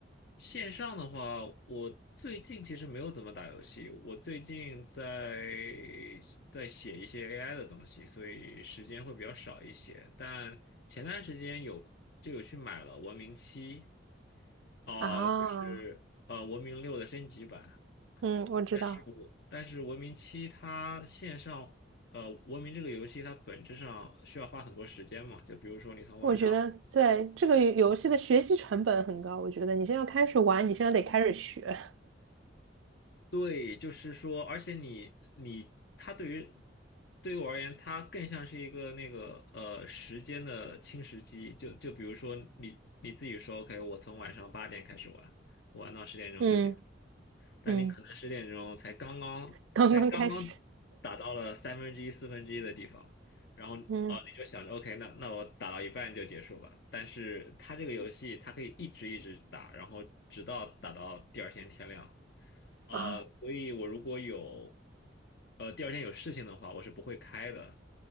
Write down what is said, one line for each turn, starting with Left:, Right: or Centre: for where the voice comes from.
Left: 线上的话，我最近其实没有怎么打游戏，我最近在在写一些 AI 的东西，所以时间会比较少一些。但前段时间有就有去买了《文明七》，啊，
Right: 啊，
Left: 就是呃《文明六》的升级版。
Right: 嗯，我知道。
Left: 但是我但是《文明七》它线上呃《文明》这个游戏它本质上需要花很多时间嘛，就比如说你从晚上。
Right: 我觉得在这个游戏的学习成本很高，我觉得你现在要开始玩，你现在得开始学，
Left: 对，就是说，而且你你它对于对于我而言，它更像是一个那个呃时间的侵蚀机。就就比如说你你自己说，OK，我从晚上八点开始玩，玩到十点钟就结。
Right: <laughs> 嗯
Left: 但你可能十点钟才刚刚才刚刚打到了三分之一、
Right: 嗯刚刚开始
Left: 四分之一的地方，然后哦，
Right: 嗯
Left: 你就想着 OK，那那我打到一半就结束吧。但是它这个游戏它可以一直一直打，然后直到打到第二天天亮。呃，
Right: 啊，
Left: 所以我如果有呃第二天有事情的话，我是不会开的。